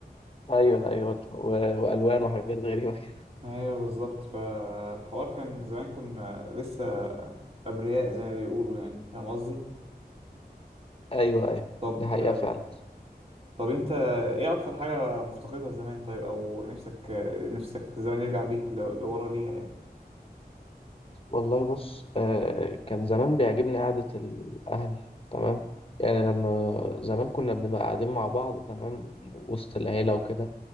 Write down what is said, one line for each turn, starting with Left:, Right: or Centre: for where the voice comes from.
Left: أيوه أيوه و... وألوان وحاجات غريبة كده.
Right: ايوه بالظبط فالحوار كان زمان كنا لسه ابرياء زي ما بيقولوا يعني فاهم قصدي
Left: <laughs> أيوه أيوه
Right: طب
Left: دي حقيقة فعلا
Right: طب انت ايه اكتر حاجه مفتقدها زمان طيب او نفسك نفسك الزمن يرجع بيك ل- لورا ليها يعني
Left: والله بص آه، كان زمان بيعجبني قعدة الأهل تمام يعني لما زمان كنا بنبقى قاعدين مع بعض تمام وسط العيلة وكده